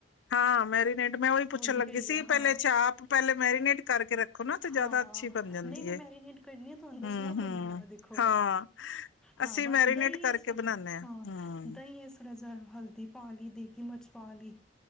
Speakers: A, on the left; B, in the centre.
A: ਹਾਂ ਮੈਰੀਨੇਟ ਮੈਂ ਓਈ ਪੁੱਛਨ
B: ਹੀ
A: ਲੱਗੀ
B: ਗਈ
A: ਸੀ।
B: ਆ ਹਾਂ
A: ਪੈਲੇ ਚਾਪ ਪੈਲੇ ਮੈਰੀਨੇਟ ਕਰਕੇ ਰੱਖੋ ਨਾ, ਤੇ
B: ਹਾਂ
A: ਜ਼ਿਆਦਾ ਅੱਛੀ ਬਨ ਜਾਂਦੀ
B: ਨਹੀਂ ਮੈਂ
A: ਏ।
B: ਮੈਰੀਨੇਟ ਕਰਨੀ ਆ ਤੁਹਾਨੂੰ ਦੱਸਣਾ
A: ਹੂੰ,
B: ਭੁੱਲ
A: ਹੂੰ
B: ਗਈ ਆ ਮੈਂ ਦੇਖੋ
A: ਹਾਂ
B: ਹਾਂ
A: ਅਸੀਂ
B: ਬਸ
A: ਮੈਰੀਨੇਟ
B: ਦਹੀਂ
A: ਕਰਕੇ
B: ਵਿੱਚ
A: ਬਨਾਨੇ ਆ
B: ਹਾਂ
A: ਹੂੰ ਹੂੰ।
B: ਦਹੀਂ ਵਿੱਚ ਥੋੜ੍ਹਾ ਜਿਹਾ ਹਲਦੀ ਪਾਣੀ ਦੀ। ਕਿ ਮਛਵਾ ਲਈ